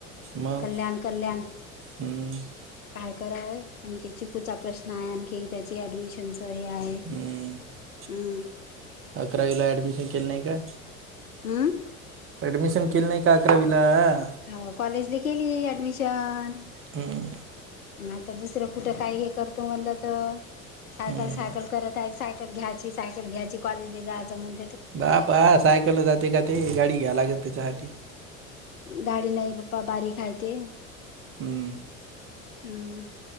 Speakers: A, on the right; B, on the left.
A: मग
B: कल्याण कल्याण
A: हं.
B: काय करावंय आणखी चिकूचा प्रश्न आहे, आणखी त्याची ऍडमिशनच सही आहे हम्.
A: हम्म अकरावीला ऍडमिशन केलं नाही का?
B: हम्म?
A: एडमिशन केलं नाही का अकरावीलाआ?
B: हो कॉलेजला केली आहे ऍडमिशन.
A: हम्म
B: आता दुसरं कुठे काय हे करतो म्हणलं तर सायकल,
A: हम्म
B: सायकल करत आहे सायकल घ्यायचीच आहे सायकल घ्यायची कॉलेज ला जायचं म्हणुन
A: बा बा सायकल न जाते का ते गाडी घ्याय लागेल त्याच्यासाठी
B: गाडी नाही बप्पा बारीक हाय ते
A: हम्म.
B: हम्म